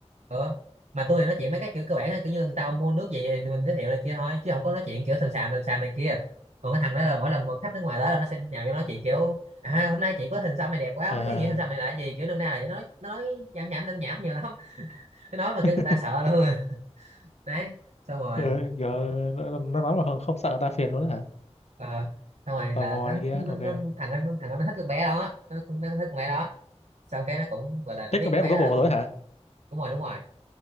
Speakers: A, on the right; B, on the left.
A: Ờ, mà tôi thì nói chuyện mấy cái kiểu cơ bản là kiểu như người ta mua nước gì thì mình giới thiệu này kia thôi chứ không có nói chuyện kiểu sàm sàm sàm sàm này kia còn cái thằng đó là mỗi lần một khách nước ngoài tới là nó sẽ nhào cho nói chuyện kiểu à hôm nay chị có hình xăm này đẹp quá không
B: à
A: biết ý nghĩa hình xăm này là cái gì kiểu năm nay này nó nói- nó nói nhảm nhảm nhảm nhảm nhiều lắm <laughs> nó nói mà
B: <laughs>
A: kêu người ta sợ luôn à. đấy xong rồi
B: ừ, giờ nó, nó nói mà không, không sợ người ta phiền luôn á hả
A: ờ, xong rồi là
B: tò mò
A: nó,
B: này kia
A: nó,
B: ok
A: nó thằng anh thằng anh nó thích con bé đó nó, nó thích con bé đó xong cái nó cũng gọi là nó
B: thích
A: biết
B: con bé
A: con bé
B: mà có
A: đó
B: bồ
A: là có
B: rồi hả
A: đúng rồi đúng rồi